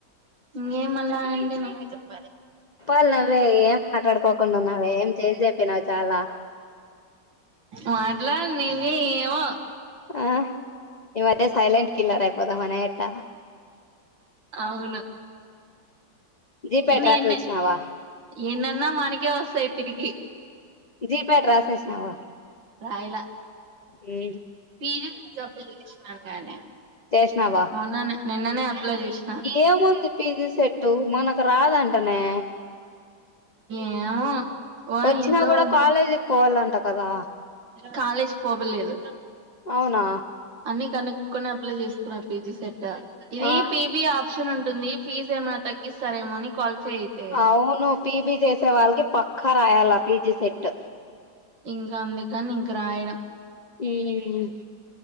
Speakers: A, on the right; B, on the left.
A: ఇంకేం మల్ల అంటే నువ్వే చెప్పాలి
B: పాల్ నువ్వే ఏం మాట్లాడుకోకుండా ఉన్నావు ఏం చేంజ్ అయిపోయినావు చాలా
A: మాట్లాడు నువ్వే ఏమో
B: ఆ ఇవ అట్లలే సైలెంట్ కిల్లర్ పోదామని ఎట్టా
A: అవును
B: జీపేట్
A: ఇన్
B: రాసి
A: ఎన్
B: వచ్చినావా
A: ఎన్ని అన్న మనకే వస్తాయి తిరిగి
B: జిప్యాట్ రాసేసినావా
A: రాయలే
B: యూ
A: పీజీ <unintelligible> అవుననే
B: చేసినావా
A: మన్ననే నిన్ననే అప్లై చేసిన
B: ఏముంది పీజీ సెట్ టు మనకు రాదంటనే
A: ఏమో వ
B: వచ్చినా
A: ఇంట్లో
B: కూడా కాలేజీకి పోవాలంట కదా
A: కాలేజీకి పోవలేదు
B: అవునా
A: అన్ని కనుక్కొని అప్లై చేస్తున్నారు పీజీ సెట్ క్ట ఇది
B: ఆ
A: పిబి ఆఫ్ ఆప్షన్ ఉంటుంది ఫీజ్ ఏమైనా తగ్గిస్తారేమో అని క్వాలిఫై అయితే
B: అవును పీబి చేసే వాళ్ళకి పక్కా రాయాల పీబి సెట్
A: ఇంకా అందుకు అని ఇంక రాయడం
B: ఈఈఈ